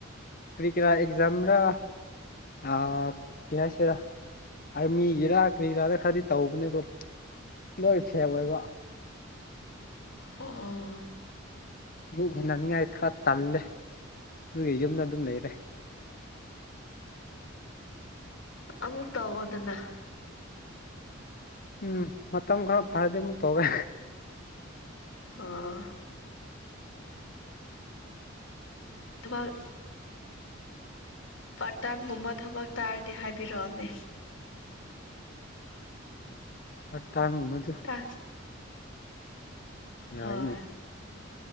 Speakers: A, on the left; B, on the left.
A: ꯀꯔꯤ ꯀ꯭ꯔꯥ ꯑꯦꯛꯖꯝꯔꯥ ꯑ ꯀꯩꯅꯁꯤꯔ ꯑꯥꯔꯃꯤꯒꯤꯔꯥ ꯀꯔꯤꯒꯤꯔꯥꯗ ꯈꯔꯗꯤ ꯇꯧꯕꯅꯦ ꯑꯗꯣ ꯂꯣꯏ ꯁꯦꯞ ꯑꯣꯏꯕ
B: ꯑꯣ
A: ꯃꯨꯛ ꯍꯨꯟꯅꯅꯤꯡꯉꯥꯏ ꯈꯔ ꯇꯜꯂꯦ ꯑꯗꯨꯒꯤ ꯌꯨꯝꯗ ꯑꯗꯨꯝ ꯂꯩꯔꯦ <unintelligible>
B: ꯑꯃꯨꯛ ꯇꯧꯑꯣꯗꯅ
A: ꯎꯝ ꯃꯇꯝ ꯈꯔ ꯐꯔꯗꯤ ꯑꯃꯨꯛ ꯇꯧꯒ
B: ꯑꯣ ꯑꯕꯥ ꯄꯥꯇꯥꯟꯒꯨꯝꯕ ꯊꯕꯛ ꯇꯥꯔꯗꯤ ꯍꯥꯏꯕꯤꯔꯛꯑꯅꯦ
A: ꯍ ꯇꯥꯏꯝꯒꯃꯗꯨ
B: ꯇꯥ
A: ꯌꯥꯏꯅꯦ
B: ꯍꯣꯏ